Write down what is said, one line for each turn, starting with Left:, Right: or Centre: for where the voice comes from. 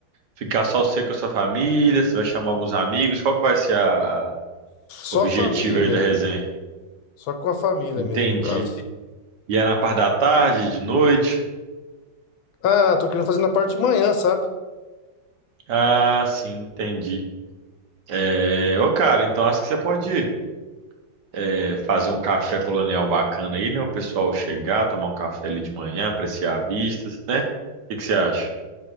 Right: ficar só você com a sua família, você vai chamar alguns amigos, qual que vai ser a, a objetivo
Left: Só a família
Right: aí
Left: mesmo.
Right: da resenha?
Left: Só com a família
Right: Entendi.
Left: mesmo, no caso.
Right: E é na parte da tarde, de noite?
Left: Ah, tô querendo fazer na parte de manhã, sabe?
Right: Ah, sim, entendi. É, ô cara, então acho que você pode é, fazer um café colonial bacana aí, né? O pessoal chegar, tomar um café ali de manhã, apreciar vistas, né? O que que você acha?